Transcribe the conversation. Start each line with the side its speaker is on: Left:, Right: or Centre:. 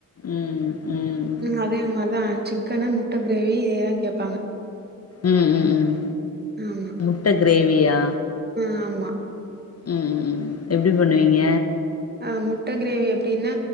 Left: ம் ம்
Right: அதே மார் தா ஆன் சிக்கனு முட்ட கிரேவி இதேதா கேப்பாங்க
Left: ம் ம் ம்
Right: ஆமா
Left: முட்ட கிரேவியா
Right: ஆ ஆமா
Left: ம் ம் ம் எப்டி பண்ணுவீங்க
Right: அ முட்ட கிரேவி எப்டின்னா